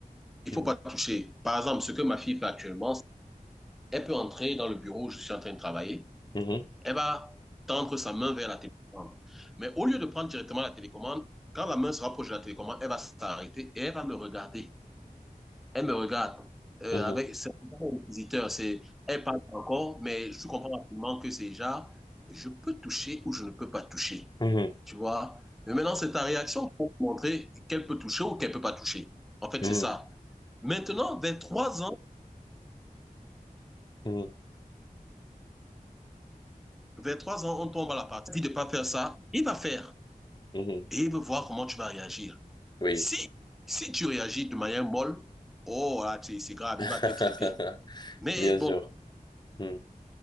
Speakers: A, in the centre; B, on the left.
A: ne
B: mhm,
A: faut pas toucher. Par exemple, ce que ma fille fait actuellement, Elle peut entrer dans le bureau où je suis en train de travailler.
B: mhm,
A: Elle va tendre sa main vers la télécommande. Mais au lieu de prendre directement la télécommande, quand la main se rapproche de la télécommande, elle va s'arrêter et elle va me regarder. Elle me regarde. Euh,
B: mhm,
A: avec, c'est un visiteur, c'est, elle parle encore, mais je comprends rapidement que c'est déjà, je peux toucher ou je ne peux pas toucher.
B: mhm,
A: Tu vois? Mais maintenant, c'est ta réaction pour montrer qu'elle peut toucher ou qu'elle peut pas toucher. En fait,
B: mhm,
A: c'est ça. Maintenant, vers trois ans,
B: mhm, mhm,
A: vers trois ans, on tombe à la partie de pas faire ça. Il va faire.
B: mhm.
A: et il veut voir comment tu vas réagir.
B: Oui,
A: Si, si tu réagis de manière molle, oh là, c'est grave,
B: <laughs>
A: il va te traiter. Mais
B: bien
A: bon,
B: sûr. Mhm,